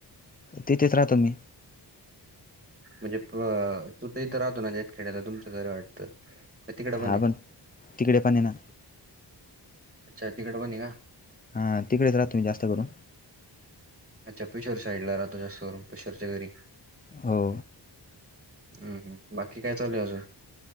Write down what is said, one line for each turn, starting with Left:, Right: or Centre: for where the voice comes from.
Left: तिथेच राहतो मी
Right: म्हणजे तु तर इथं राहतो ना, <unintelligible> खेळाला तुमचं घरं ये वाटतं. का तिकडं
Left: हा
Right: आहे?
Left: पण, तिकडे पण ये ना.
Right: अच्छा! तिकड पण हे का?
Left: हा, तिकडेच राहतो मी जास्त करून
Right: अच्छा पेशवर साईडला राहतो, जास्तकरून पेशवरच्या घरी.
Left: हो.
Right: हम्! हम्म, बाकी काय चालू ये अजून?